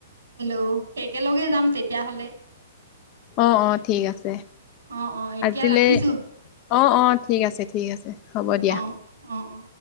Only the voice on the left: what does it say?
অ অ ঠিক আছে।
আজিলৈ
অঁ অঁ ঠিক আছে ঠিক আছে হ'ব দিয়া।